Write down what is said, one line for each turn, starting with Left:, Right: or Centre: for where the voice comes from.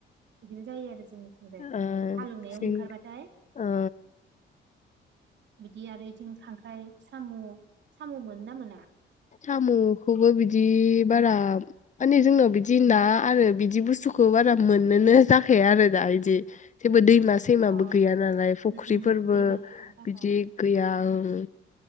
Right: बिदिबो जायो आरो जोंनिथिंजाय
Left: ओ
Right: हालेवनायाव
Left: जों
Right: ओंखारबाथाय।
Left: ओ
Right: बिदि आरो इथिं खांख्राइ साम' साम' मोनो ना मोना?
Left: साम'खौबो बिदि बारा माने जोंनाव बिदि ना आरो बिदि बुस्थुखौ बारा मोननोनो जाखाया आरो दा इदि। बो दैमा सैमाबो
Right: अ
Left: गैया नालाय फुख्रिफोरबो
Right: उम उम दैमा गैयिनि थाखाय
Left: बिदि गैया ओं।